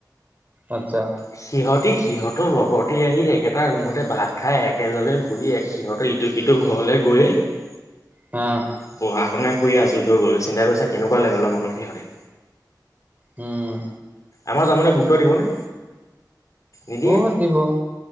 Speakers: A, on the right; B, on the left.
A: আচ্ছা।
B: সিহঁতে সিহঁতৰ লগতে আহি একেটা ৰুমতে ভাত খাই একেলগে ঘূৰি সিহঁতৰ সিটো ঘৰলে গৈয়ে <unintelligible>
A: অ'।
B: পঢ়া শুনা কৰি আজৰি হৈ গ'ল চিন্তা কৰিছা কেনেকুৱা লেভেলৰ মানুহ সিহঁতি।
A: হম।
B: আমাৰ যামানে গুৰুত্ব দিবনে, নিদিয়ে।
A: বহুত দিব আহ